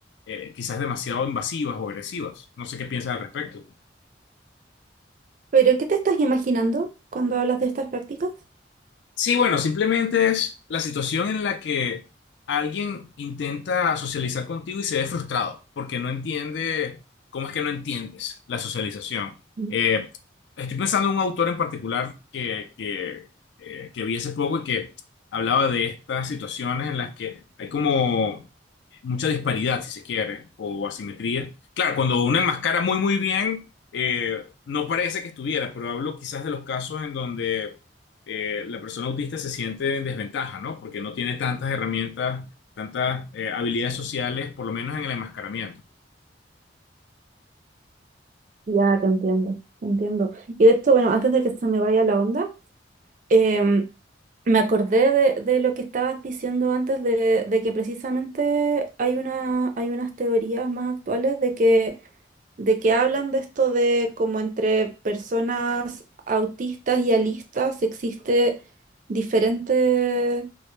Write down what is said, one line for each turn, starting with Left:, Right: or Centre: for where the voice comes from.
Left: eh, quizás demasiado invasivas o agresivas. No sé qué piensas al respecto.
Right: ¿Pero qué te estás imaginando cuando hablas de estas prácticas?
Left: Sí, bueno, simplemente es la situación en la que alguien intenta socializar contigo y se ve frustrado porque no entiende, ¿cómo es que no entiendes la socialización?
Right: Mm.
Left: Eh, estoy pensando en un autor en particular que, que, eh, que vi hace poco y que hablaba de estas situaciones en las que hay como mucha disparidad, si se quiere, o asimetría. Claro, cuando uno enmascara muy, muy bien, eh, no parece que estuviera, pero hablo quizás de los casos en donde eh, la persona autista se siente en desventaja, ¿no? Porque no tiene tantas herramientas, tantas eh, habilidades sociales, por lo menos en el enmascaramiento.
Right: Ya, te entiendo, te entiendo. Y de hecho, bueno, antes de que se me vaya la onda, Em, me acordé de, de lo que estabas diciendo antes de, de que precisamente hay una, hay unas teorías más actuales de que, de que hablan de esto de como entre personas autistas y alistas existe diferente,